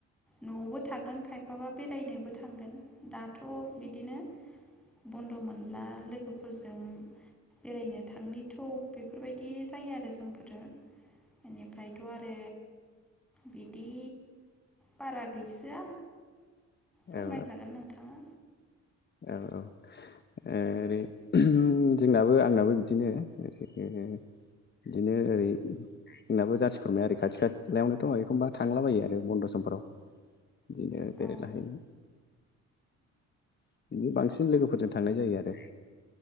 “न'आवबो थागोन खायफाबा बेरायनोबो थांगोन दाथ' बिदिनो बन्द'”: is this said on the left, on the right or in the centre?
Centre